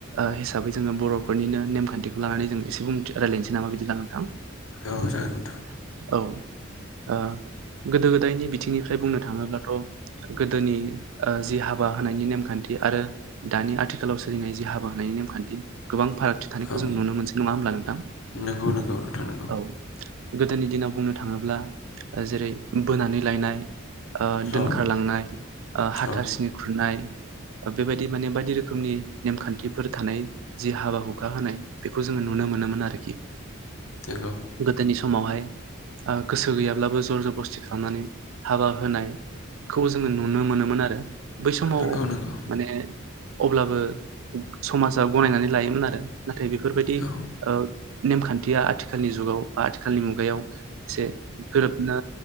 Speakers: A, on the right; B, on the left.
A: ओ हिसाबै जोङो बरफोरनिनो नेमखान्थिखौ लानानै जों एसे बुं रायज्लायनोसै नामा बिदि नोंथां।
B: औ जागोन नोंथां।
A: औ ओ गोदो गोदायनि बिथिंनिफ्राय बुंनो थाङोब्लाथ गोदोनि ओ जि हाबा होनायनि नेमखान्थि आरो दानि आथिखालाव सोलिनाय जि हाबा होनायनि नेम खान्थि गोबां फारागथि थानायखौ
B: औ
A: जों नुनो मोनसै नङा होमब्ला नोंथां
B: नंगौ नंगौ नोंथां नंगौ
A: औ। गोदोनि दिनाव बुंनो थाङोब्ला जेरै बोनानै लायनाय ओ
B: औ
A: दोनखारलांनाय ओ हाथासुनि
B: औ
A: खुरनाय बेबायदि माने बायदि रोखोमनि नेमखान्थिफोर थानाय जि हाबा हुखा होनाय बेखौ जों नुनो मोनोमोन आरोखि
B: नोंगौ।
A: गोदोनि समावहाय ओ गोसो गैयाब्लाबो जरजबस्थि खालामनानै हाबा होनाय खौ जों- जोङो नुनो मोनोमोन आरो बै समाव
B: नंगौ नंगौ
A: माने अब्लाबो समाजा गनायनानै लायोमोन आरो नाथाय बेफोरबायदि
B: औ
A: ओ नेमखान्थिया आथिखालनि जुगाव खालनि मुगायाव एसे गोरोबना